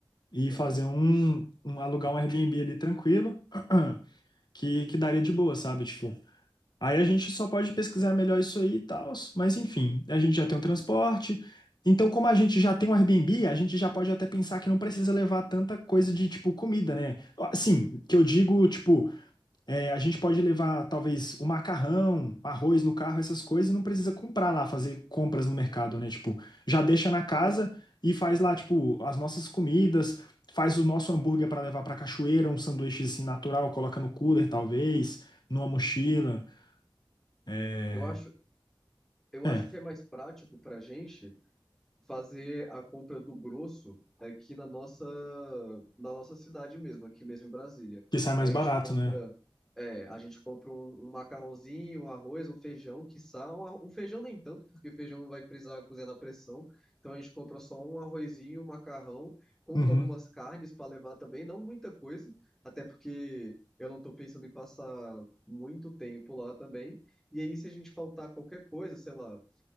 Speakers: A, on the left (about 55°); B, in the centre.
A: E
B: Aham.
A: fazer um, um- alugar um Airbnb ali tranquilo, <clears throat> que, que daria de boa, sabe? Tipo, aí a gente só pode pesquisar melhor isso aí e tal, mas enfim, a gente já tem o transporte. Então, como a gente já tem o Airbnb, a gente já pode até pensar que não precisa levar tanta coisa de tipo comida, né? Ó, Sim, que eu digo, tipo, é, a gente pode levar, talvez, o macarrão, arroz no carro, essas coisas, e não precisa comprar lá, fazer compras no mercado, né? Tipo, já deixa na casa
B: Aham.
A: e faz lá, tipo, as nossas comidas, faz o nosso hambúrguer para levar para cachoeira, um sanduíche assim natural, coloca no cooler, talvez, numa mochila. É,
B: Eu acho, eu
A: é,
B: acho que é mais prático pra gente fazer a compra do grosso aqui na nossa, na nossa cidade mesmo, aqui mesmo em Brasília.
A: que sai mais
B: A gente
A: barato,
B: compra,
A: né?
B: é, a gente compra um, um macarrãozinho, um arroz, um feijão, quiçá, um, arro- um feijão nem tanto, porque feijão não vai precisar cozinhar na pressão. Então a gente compra só um arrozinho, um macarrão, compra
A: Uhum.
B: algumas carnes para levar também, não muita coisa, até porque eu não estou pensando em passar muito tempo lá também. E aí, se a gente faltar qualquer coisa, sei lá,